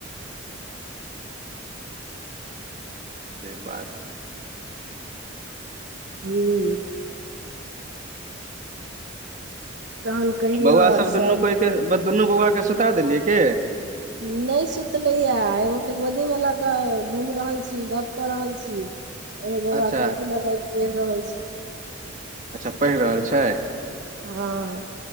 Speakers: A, on the right (about 60°); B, on the right (about 40°).
A: ब <unintelligible>
B: से बात
A: हूँ तहन कहियौ
B: बौआ
A: आओर सब
B: दुनू कोइ दुनू बौआ के सुता देलियै के
A: ह <unintelligible> नहि सुतले या एगो के गोदी मे लऽ कऽ घूम रहल छी गप कऽ रहल छी एगो
B: अच्छा
A: कॉपी लगा पैरह रहल छै
B: अच्छा पढ़ि रहल छै
A: हँ